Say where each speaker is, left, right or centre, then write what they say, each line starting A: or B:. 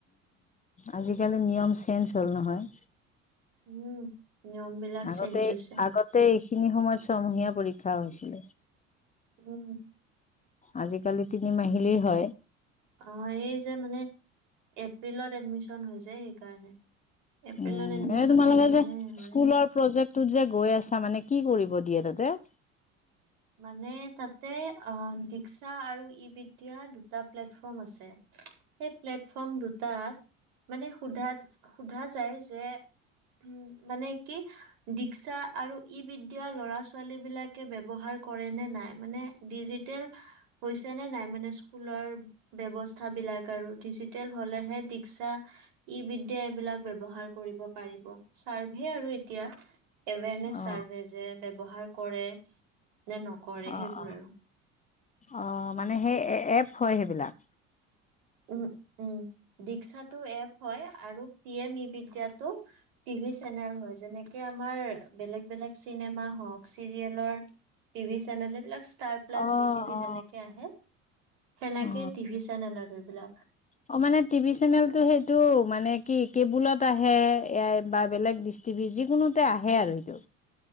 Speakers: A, on the left (about 20°); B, on the right (about 60°).
A: আজিকালি নিয়ম চেঞ্জ হ'ল নহয়
B: উম নিয়ম বিলাক
A: আগতে
B: চেঞ্জ হৈছে
A: আগতে এইখিনি সময়ত ছয়মহীয়া পৰীক্ষা বাওঁ হৈছিলে
B: উম
A: আজিকালি তিনি মাহিলি হয়
B: অ' এই মানে এপ্ৰিল এডমিচন হৈছে সেইকাৰণে এপ্ৰিলত
A: উম
B: এডমিশন
A: এ তোমালোকে
B: হ'লে মানে
A: যে
B: হয়
A: স্কুলৰ
B: আৰু।
A: প্ৰজেক্টটোত যে গৈ আছা মানে কি কৰিব দিয়ে তাতে
B: মানে তাতে আহ ডৰিক্সা আৰু ই বিদ্যা দুটা প্লেটফৰ্ম আছে সেই প্লেটফৰ্ম দুটাত মানে সোধা সোধা যায় যে উ মানে কি ডিক্সা আৰু ই বিদ্যা ল'ৰা ছোৱালী বিলাকে ব্যৱহাৰ কৰে নে নাই মানে ডিজিটেল হৈছে নে নাই মানে স্কুলৰ ব্যৱস্থাবিলাক আৰু ডিজিটেল হলেহে ডিস্কা ই বিদ্যা এইবিলাক ব্যৱহাৰ কৰিব পাৰিব চাৰ্ভে আৰু এতিয়া এৱেনেছ
A: অ
B: চাৰ্ভে যে ব্যৱহাৰ কৰে। নে নকৰে
A: অ
B: সেইবোৰ
A: অ
B: আৰু
A: অ মানে সেই এপ হয় সেইবিলাক
B: উম উম দীস্কাটো এপ হয় আৰু পি এম ই বিদ্যটো টিভি চেনেল হয় যেনেকে আমাৰ বেলেগ বেলেগ চিনেমা হওক চিৰিয়েলৰ টিভি চেনেল এইবিলাক ষ্টাৰ প্লাছ
A: অ
B: জি টিভি
A: অ
B: যেনেকে আহে সেনেকে
A: অ
B: টিভি চেনেলৰ সেবিলাক
A: অ মানে টিভি চেনেলটো সেইটো মানে কি কেবুলত আহে বা বেলেগ ডিষ্টটিভি যিকোনোতে আহে আৰু সেইটো